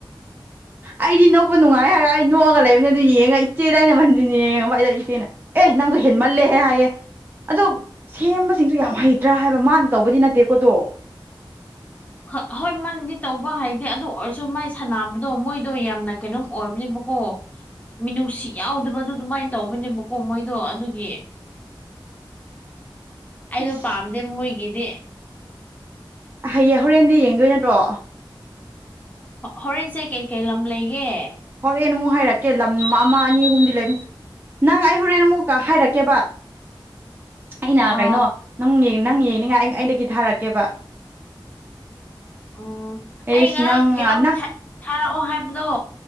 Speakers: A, on the right; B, on the left.
A: ꯑꯩꯗꯤ ꯅꯣꯛꯄ ꯅꯨꯡꯉꯥꯏ ꯍꯥꯏꯔ ꯑꯩ ꯅꯣꯛꯑꯒ ꯂꯩꯕꯅꯤꯅꯦ ꯑꯗꯨ ꯌꯦꯡꯉ ꯏꯆꯦꯗ ꯑꯩꯅ ꯃꯟꯁꯤꯅꯤ ꯌꯦꯡꯉꯕ ꯑꯩꯗ ꯏꯆꯦꯅ ꯑꯦ ꯅꯪꯒ ꯍꯃꯜꯂꯦꯦ ꯍꯥꯏꯌꯦꯦ ꯑꯗꯣ ꯁꯦꯝꯕꯁꯤꯡꯁꯨ ꯌꯥꯝ ꯍꯩꯇ꯭ꯔꯥ ꯍꯥꯏꯕ ꯃꯥꯅ ꯇꯧꯕꯗꯤ ꯅꯠꯇꯦꯀꯣꯠꯇꯣ
B: <unintelligible> ꯍꯣꯏ ꯍꯣꯏ ꯃꯟꯗꯤ ꯇꯧꯕ ꯍꯥꯏꯗꯦ ꯑꯗꯨ ꯑꯣꯏꯔꯁꯨ ꯃꯥꯏ ꯁꯥꯟꯅꯕꯗꯣ ꯃꯣꯏꯗꯣ ꯌꯥꯝꯅ ꯀꯩꯅꯣꯝ ꯑꯣꯏꯕꯅꯤ ꯀꯣ ꯃꯤꯅꯨꯡꯁꯤ ꯌꯥꯎꯗꯕꯗꯣ ꯑꯗꯨꯃꯥꯏꯅ ꯇꯧꯕꯅꯦꯕꯀꯣ ꯃꯣꯏꯗꯣ ꯑꯗꯨꯒꯤ ꯑꯩꯗꯣ
A: ꯑꯁ
B: ꯄꯥꯝꯗꯦ ꯃꯣꯏꯒꯤꯗꯤ
A: ꯍꯌꯦꯡ ꯍꯣꯔꯦꯟꯗꯤ ꯌꯦꯡꯗꯣꯏ ꯅꯠꯇ꯭ꯔꯣ
B: ꯍꯣꯔꯦꯟꯁꯦ ꯀꯩꯀꯩ ꯂꯝ ꯂꯩꯒꯦ
A: ꯀꯩꯅ ꯑꯃꯨꯛ ꯍꯥꯏꯔꯛꯀꯦ ꯂꯝ ꯑꯃ ꯑꯅꯤ ꯑꯍꯨꯝꯗꯤ ꯂꯩꯅꯤ ꯅꯪ ꯑꯩ ꯍꯣꯔꯦꯟ ꯑꯃꯨꯛꯀ ꯍꯥꯏꯔꯛꯀꯦꯕ ꯑꯩꯅ
B: ꯑ
A: ꯀꯩꯅꯣ ꯅꯪ ꯅꯪ ꯌꯦꯡꯅꯤꯡꯉꯥꯏ ꯑꯩꯗꯒꯤ ꯊꯥꯔꯛꯀꯦꯕ
B: ꯑꯣ
A: ꯑꯩꯁ
B: ꯑꯩ ꯉꯔꯥꯡ
A: ꯅꯪ
B: ꯀꯩꯅꯣꯝ
A: ꯅꯪ
B: ꯊꯥꯔꯛꯑꯣ ꯍꯥꯏꯕꯗꯣ